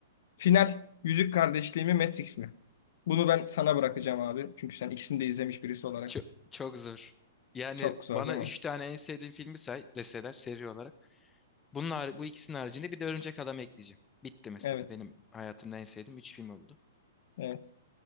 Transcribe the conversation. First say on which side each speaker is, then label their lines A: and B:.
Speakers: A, on the left; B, on the left.
A: Final. Yüzük kardeşliği mi Matrix mi? Bunu ben sana bırakacağım abi. Çünkü sen ikisini de izlemiş birisi olarak.
B: Çok, çok zor. Yani
A: Çok zor
B: bana
A: değil mi?
B: üç tane en sevdiğim filmi say deseler seri olarak. Bunlar bu ikisinin haricinde bir de Örümcek Adam ekleyeceğim. Bitti mesela.
A: Evet.
B: Benim hayatımda en sevdiğim üç film oldu.
A: Evet.